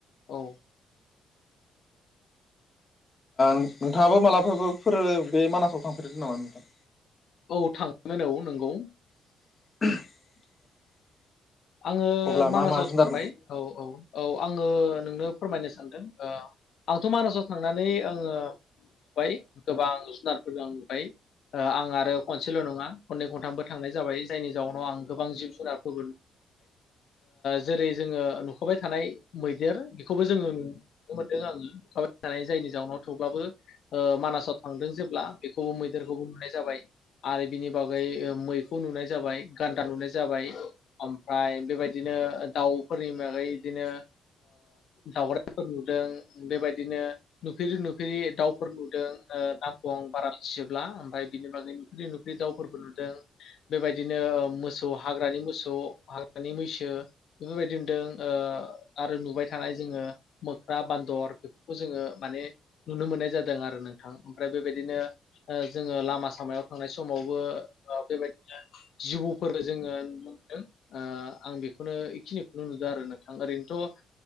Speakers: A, on the left (about 65°); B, on the left (about 25°).
A: औ
B: नोंथाङाबो मालाबाफोरो बे मानासाव थांफेरदो नामा नोंथां
A: औ थांगोन औ नंगौ
B: <inaudible>
A: आङो
B: अब्ला
A: मानासाव
B: मा मा
A: थांबाय
B: जुनार
A: औ औ औ आङो नोंनो फोरमायनो सान आंथ' मानासाव थांनानै आङो नुबाय गोबां जुनारफोरदों आं नुबाय आं आरो खनसेल' नङा खननै खनथामबो थांनाय जाबाय जायनि जाउनाव आं गोबां जिब जुनार फोरबो जेरै जोङो नुखाबाय थानाय मैदेर बेखौबो जोङो नुनो मोनदों आङो नुखाबाय थानाय जायनि जाउनाव थेवब्लाबो मानासाव थांदों जेब्ला बेखौबो मैदेरखौबो नुनाय जाबाय आरो बिनि बागै मैखौ नुनाय जाबाय गान्दा नुनाय जाबाय ओमफ्राय बेबायदिनो दाउफोरनि बागै बिदिनो दाउरायइफोरबो नुदों बेबायदिनो नुफेरै नुफेरै दाउफोर नुदों नामखौ आं बारा मिथिजोबला ओमफ्राय बिनि बागै नुफेरै नुफेरै दाउफोरबो नुदों बेबायदिनो मोसौ हाग्रानि मोसौ हाग्रानि मैसो बेफोरबायदि नुदों आरो नुबाय थानाय जोङो मोख्रा बान्दर बेफोरखौ जोङो माने नुनो मोननाय जादों आरो नोंथां ओमफ्राय बेबायदिनो जोङो
B: औ
A: लामा सामायाव थांनाय समावबो बेबायदिनो जिबौफोर जोङो नुनो मोनदों आं बेखौनो बेखिनिखौनो नुदों आरो नोंथां ओरैनोथ'